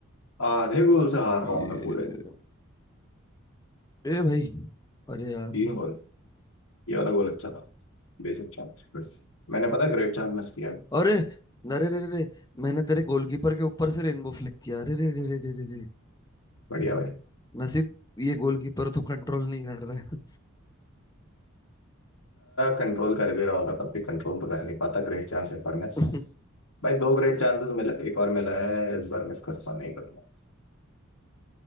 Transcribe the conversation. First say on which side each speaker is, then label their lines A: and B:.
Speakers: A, on the left; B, on the left.
A: आधे गोल से हार
B: ये
A: रहा हूँ मैं पूरे
B: ए भाई अरे यार
A: तीन गोल ये वाला गोल अच्छा था बेसिक चांस बस मैंने पता ग्रेट चांस मिस किया
B: अरे अरे रे रे रे, मैंने तेरे गोलकीपर के ऊपर से रेनबो फ्लिक किया अरे रे रे रे रे रे रे
A: बढ़िया भाई
B: नसीब ये गोलकीपर तो कंट्रोल नहीं कर रहा
A: कंट्रोल कर भी रहा होगा तब भी कंट्रोल तो कर नहीं पाता ग्रेट चांस है पर miss।
B: है
A: भाई दो ग्रेट चांसेस मिला एक और मिला है इस बार मिस करना नहीं करना